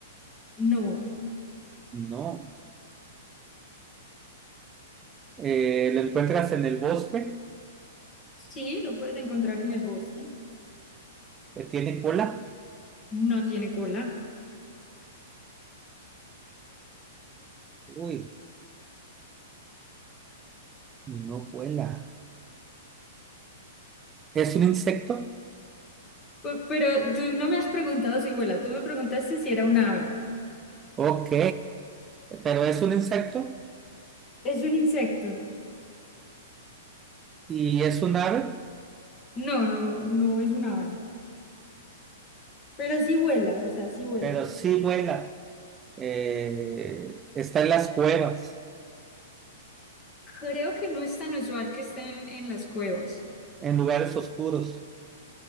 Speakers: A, on the left; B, on the right.
A: No,
B: No. Eh, lo encuentras en el bosque.
A: sí, lo puedes encontrar en el bosque.
B: eh, ¿Tiene cola?
A: No tiene cola.
B: Uy, no vuela. ¿Es un insecto?
A: Pe- Pero tú no me has preguntado si vuela, tú me preguntaste si era un ave.
B: Ok. Pero es un insecto
A: ¿Es un insecto?
B: y es un ave,
A: No, no, no es un ave. Pero sí vuela, o sea, sí vuela.
B: pero sí vuela. Eh, está en las cuevas,
A: Creo que no es tan usual que estén en las cuevas.
B: en lugares oscuros.